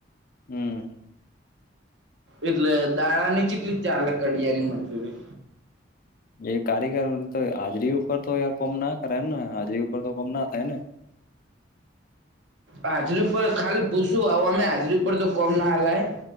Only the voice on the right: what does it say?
એટલે દાડઆની કેટલી ચાલે કડિયાની મજૂરી?
હાજરી ઉપર ખાલી પૂછું આવ અમે હાજરી ઉપર તો કોમ ના આલાય.